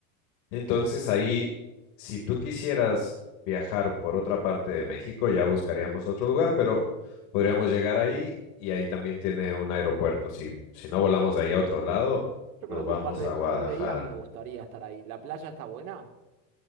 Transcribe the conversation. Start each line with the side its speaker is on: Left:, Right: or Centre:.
Left: Entonces ahí, si tú quisieras viajar por otra parte de México, ya buscaríamos otro lugar, pero podríamos llegar ahí y ahí también tiene un aeropuerto. Si, si no volamos de ahí a otro lado,
Right: Yo
Left: nos
Right: creo que
Left: vamos
Right: un par de,
Left: a
Right: un
Left: Guadalajara.
Right: par de días me gustaría estar ahí. ¿La playa está buena?